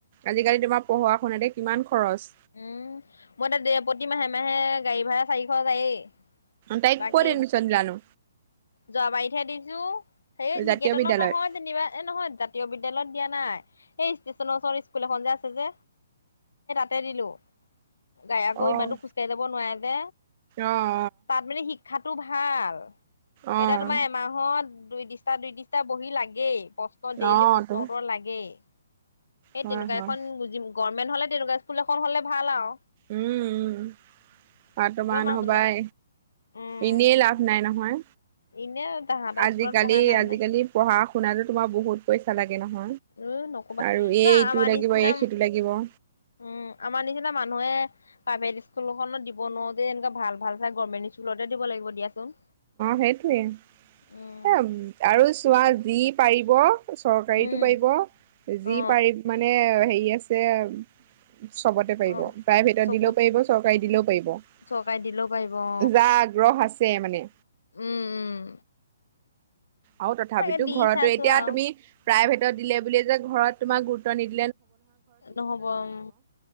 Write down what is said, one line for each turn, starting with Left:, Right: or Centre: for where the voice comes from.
Right: আজিকালি তোমাৰ পঢ়া শুনাতে কিমান খৰচ
Left: উম মই তাত দে প্ৰতিমাহে মাহে গাড়ী ভাড়া চাৰিশ যায়েই
Right: তাইক
Left: বাকী
Right: ক'ত এডমিশ্যন দিলানো
Left: যোৱাবাৰীতহে দি যু সেই নিকেতনৰ
Right: জাতীয় বিদ্যালয়ত
Left: নহয় যেনিবা এ নহয় জাতীয় বিদ্যালয়ত দিয়া নাই সেই ষ্টেচনৰ ওচৰত স্কুল এখন যে আছে যে তাতে দিলো তাই আকৌ
Right: অ'
Left: ইমান দূৰ খোজকাঢ়ি যাব নোৱাৰে যে
Right: অ'
Left: তাত মানে শিক্ষাতো ভাল ভাল
Right: অ' অ'
Left: এতিয়া তোমাৰ এমাহত দুই ডিছটা দুই ডিছটা বহি লাগেই প্ৰশ্ন ডেইলি
Right: অ'
Left: প্ৰশ্ন
Right: তো
Left: উত্তৰ লাগেই সেই
Right: হয়
Left: তেনেকোৱা
Right: হয়
Left: এখন বুজি গভমেণ্ট হ'লে তেনেকোৱা স্কুল এখন হলে ভাল আও
Right: উম উম বৰ্তমান
Left: তোমাৰ মানুহজন
Right: হবাই
Left: উম
Right: এনেই লাভ নাই নহয়
Left: এনে তাহাঁতৰ
Right: আজিকালি
Left: স্কুলত পঢ়াই লাভ
Right: আজিকালি
Left: নাই
Right: পঢ়া শুনাতো তোমাৰ বহুত পইচা লাগে নহয়
Left: উম নকবা
Right: আৰু
Left: চ
Right: এই ইটো
Left: আমাৰ
Right: লাগিব
Left: নিচিনা
Right: এই সিটো
Left: উম
Right: লাগিব অ
Left: আমাৰ নিচিনা মানুহে প্ৰাইভেট স্কুলখনত দিব নোৱাৰো যে এনেকোৱা ভাল ভাল চাই গভৰ্মেণ্ট স্কুলতে দিব লাগিব দিয়াচোন
Right: সেইটোৱে।
Left: উম
Right: এ আৰু চোৱা যি পাৰিব চৰকাৰীতো
Left: উম
Right: পাৰিব যি
Left: অ
Right: পাৰি মানে হেৰি দি আছে আৰু চবতে পাৰিব
Left: অ
Right: প্ৰাইভেটত
Left: চবত
Right: দিলেও পাৰিব চৰকাৰী দিলেও পাৰিব
Left: চৰকাৰে দিলেও অ
Right: যা আগ্ৰহ আছে মানে
Left: উম উম
Right: আৰু তথাপিতো
Left: তাকে দি
Right: ঘৰতো
Left: চাইছো
Right: এতিয়া
Left: আৰু
Right: তুমি প্ৰাইভেটত দিলে বুলি যে ঘৰত তোমাক গুৰুত্ব নিদিয়ে
Left: নহব উম